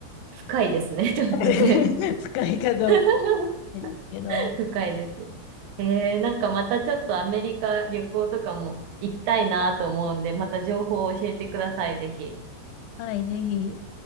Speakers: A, on the right; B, on the left.
A: 深いですね、<laughs> ちょっとね。
B: <laughs> 深いかどうか
A: <laughs>
B: ですけど、
A: 深いです。えー、なんかまたちょっとアメリカ旅行とかも行きたいなと思うんで、また情報を教えてください、ぜひ。
B: はい、ぜひ